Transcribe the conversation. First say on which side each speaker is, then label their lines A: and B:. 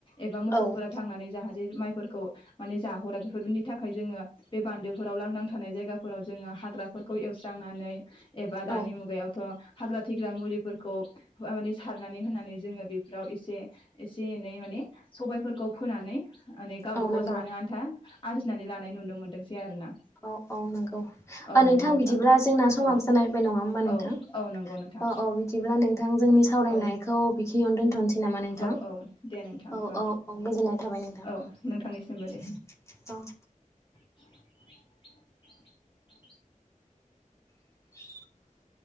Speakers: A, on the left; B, on the left.
A: एबा मोसौफोरा
B: औ
A: थांनानै जाहाथे माइ‌ फोरखौ माने जाहरा बेफोरनि थाखाय जोङो बे बान्दोफोराव लांदां थानाय जायगाफोराव जोङो हाग्रा फोरखौ एवस्रांनानै एबा
B: औ
A: दानि मुगायावथ' हाग्रा थैग्रा मुलिफोरखौ माने सारनानै होनानै जोङो बेफोराव एसे एसे एनै माने सबायफोरखौ फोनानै मानै गावबागाव
B: औ नंगौ
A: जानो आन्था आरजिनानै लानाय नुनो मोनदोंसै। आरोना
B: औ औ नंगौ
A: औ औ
B: नोंथां
A: नंगौ
B: बिदिब्ला जोंना समाबो
A: औ
B: जाना फैबाय नङा होमबा नोंथां।
A: औ औ नंगौ नोंथां
B: औ औ बिदिब्ला नोंथां जोंनि सावरायनायखौ
A: औ
B: बेखिनियावनो दोनथ'नोसै नामा नोंथां
A: औ औ दे नोंथां होमबा
B: औ औ औ गोजोननाय थाबाय नोंथां
A: औ नोंथांनिसिमबो दे
B: औ <inaudible>
A: <inaudible>
B: <inaudible>